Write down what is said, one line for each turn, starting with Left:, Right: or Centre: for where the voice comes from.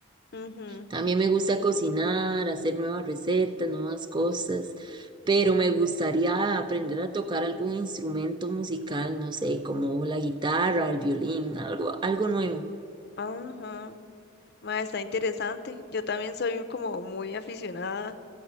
Left: Ujú,
Right: También me gusta cocinar, hacer nuevas recetas, nuevas cosas. Pero me gustaría aprender a tocar algún instrumento musical, no sé, como la guitarra, el violín, algo, algo nuevo.
Left: Ajá. Ma, está interesante. Yo también soy como muy aficionada,